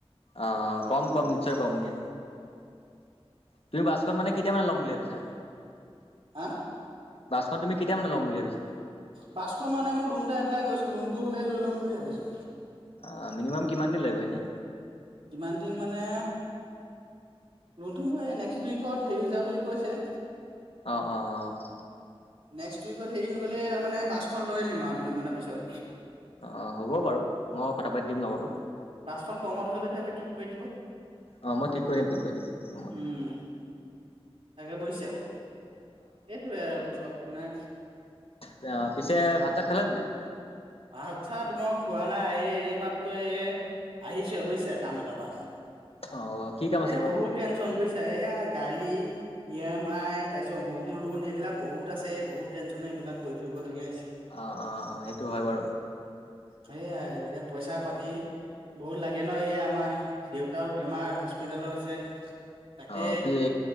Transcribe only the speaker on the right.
হা?
বাছখন মানে মই লোন এটা এপ্লাই কৰিছো লোনটো হ'লে লৈ ল'ম বুলি ভাবিছো।
কিমান দিন মানে লনটো মোৰ এই নেক্সট উইকত হেৰি হৈ যাব বুলি কৈছে।
নেক্সট উইকত হেৰি হৈ গ'লে তাৰমানে বাছখন লৈ আনিম আৰু দুদিনমানৰ পিছত।
বাছখন কমত হৈ যদি কৈ দিব।
উম
তাকে পৈছো সেইটোৱে আৰু কথাও শুনা
ভাতছাত মই খোৱা নাই এই এই মাত্ৰ এই আহিছোৱে বুজিছে কাম এটাৰ পা।
এ
বহুত টেনচন বুজিছা এইয়া গাড়ী ই এম আই তাৰ পিছত হোম লোন এইবিলাক বহুত আছে বহুত টেনচনে এইবিলাক কৰি ফুবলগীয়া।
সেইয়াই আৰু এ পইচা - পাতি বহুত লাগ গেন এই আমাৰ দেউতাও বেমাৰ হস্পিতালত আছে। তাকে